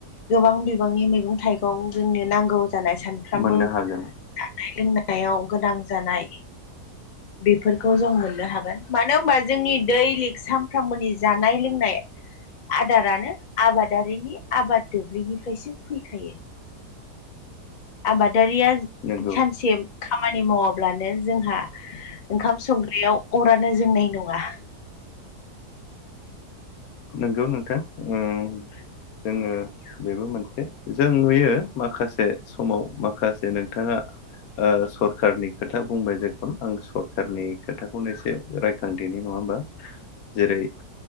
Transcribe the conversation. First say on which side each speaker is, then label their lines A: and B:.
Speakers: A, on the left; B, on the left.
A: गोबां बिबांनि मैगं थाइगं जोंनो नांगौ जानाय सान सानफ्रामबो
B: मोननो हागोन
A: जानाय लोंनायाव गोनां जानाय बेफोरखौ जों मोननो हागोन मानो होनबा जोंनि दैलि सानफ्रोमबोनि जानाय लोंनाय आदारानो आबादारिनि आबाद दुब्लिनिफ्रायसो फैखायो आबादारिया
B: नंगौ
A: सानसे खामानि मावाब्लानो जोंहा ओंखाम संग्रायाव अरानो जोंनाय नङा।
B: नंगौ नोंथां ओं जोङो बेबो मोनसे जों नुयो माखासे समाव माखासे नोंथाङा ओ सरखारनि खोथा बुंबाय जे आं सरखारनि खोथाखौनो एसे रायखांदेरनि नङा ओमबा जेरै